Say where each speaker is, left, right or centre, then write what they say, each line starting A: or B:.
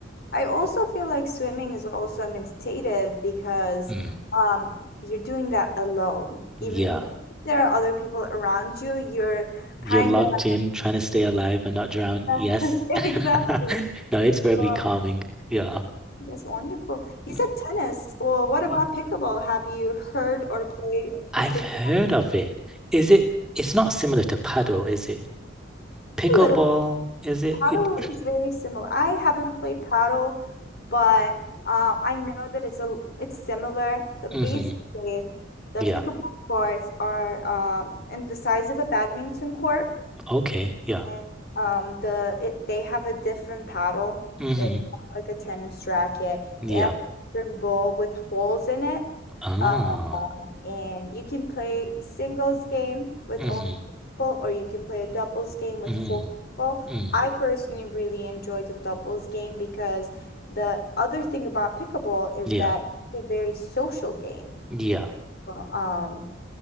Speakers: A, on the left (about 55°); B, in the centre.
A: I also feel like swimming is also meditative because
B: Mm,
A: um, you're doing that alone.
B: yeah.
A: Even if there are other people around you, you're kind
B: You're locked in, trying to stay alive and not drown.
A: of
B: Yes.
A: <laughs>
B: <laughs>
A: exactly.
B: No, it's very
A: Well,
B: calming. Yeah.
A: that's wonderful. You
B: Mm,
A: said tennis. Well, what about
B: mm.
A: pickleball? Have you heard or played
B: I've
A: p- pickleball?
B: heard of it. Is it? It's not similar to paddle, is it? Pickleball,
A: A little.
B: is it?
A: Paddle
B: It.
A: is very similar. I haven't played paddle, but um, I know that it's a it's similar. So basically,
B: Mm-hmm.
A: the
B: Yeah.
A: pickleball courts are um, in the size of a badminton court,
B: Okay. Yeah.
A: and um, the it they have a different paddle.
B: Mm-hmm.
A: It's not like a tennis racket.
B: Yeah.
A: They have a different ball with holes in it,
B: Ah.
A: uh, and you can play singles game with
B: Mm-hmm.
A: only two people, or you can play a doubles game with
B: Mm-hmm.
A: four people.
B: Mm.
A: I personally really enjoy the doubles game because the other thing about pickleball is
B: Yeah.
A: that it's a very social game.
B: Yeah.
A: But, Um,